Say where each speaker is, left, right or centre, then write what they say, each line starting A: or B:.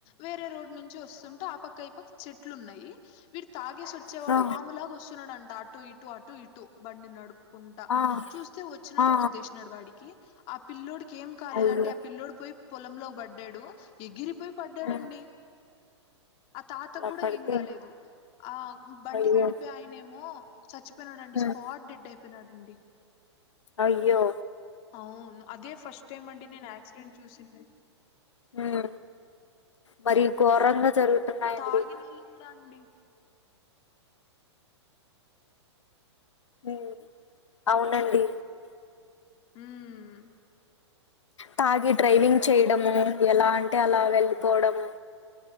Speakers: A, on the left (about 35°); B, on the left (about 85°).
A: వేరే రోడ్ నుంచి వస్తుంటే ఆ పక్క ఈ పక్క చెట్లు ఉన్నాయి వీడు తాగేసి వచ్చేవాడు
B: ఆ
A: పాములాగా వస్తున్నడంట అటు ఇటు అటు ఇటు బండి నడుపుకుంటా
B: ఆ
A: చూస్తే వచ్చినాడు
B: ఆ
A: గుద్దేసినాడు వాడికి ఆ పిల్లోడికి ఏం కాలేదండి
B: అయ్యో
A: ఆ పిల్లోడు పోయి పొలంలోకి పడ్డాడు ఎగిరి పోయి పడ్డాడండి
B: ఉమ్
A: ఆ తాత
B: అలా
A: గుడా
B: పడితే
A: ఏం కాలేదు ఆ బండి
B: అయ్యో
A: నడిపే ఆయనేమో చచ్చిపోయినాడండి
B: ఉమ్,
A: స్పాట్ డెడ్ అయిపోయినాడండి
B: అయ్యో
A: అవును అదే ఫస్ట్ టైమ్ అండి నేను యాక్సిడెంట్ చూసింది
B: మ్ మరి ఘోరంగా జరుగుతున్నాయండి
A: తాగినోళ్ళు కూడా అండి
B: మ్ అవునండి
A: హ్మ్
B: తాగి డ్రైవింగ్ చేయడము ఎలా అంటే అలా వెళ్ళిపోవడము